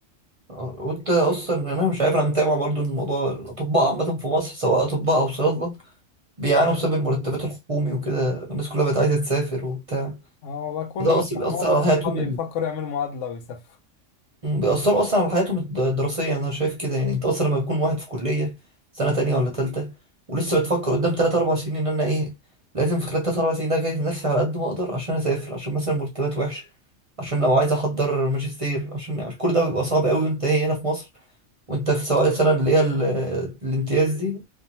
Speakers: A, on the right; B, on the left.
A: اه وانت اصلا انا مش عارف انا متابع برضه الموضوع الاطباء عامة في مصر سواء اطباء او صيادلة بيعانوا بسبب المرتبات الحكومي وكده الناس كلها بقت عايزة تسافر وبتاع
B: اه والله كله
A: فده اصلا
B: بيبقى
A: بيأثر
B: معظم
A: على
B: صحابي
A: حياتهم
B: بيفكروا يعملوا معادلة ويسافروا
A: مم، بيأثروا أصلا على حياتهم الد- الدراسية أنا شايف كده يعني أنت أصلا لما بيكون واحد في كلية سنة تانية ولا تالتة ولسه بتفكر قدام تلات أربع سنين إن أنا إيه لازم في خلال تلات أربع سنين ده أجهز نفسي على قد ما أقدر عشان أسافر عشان مثلا مرتبات وحشة عشان لو عايز أحضر ماجستير عشان عشان كل ده بيبقى صعب أوي وأنت إيه هنا في مصر وأنت في سواء السنة اللي هي ال- الامتياز دي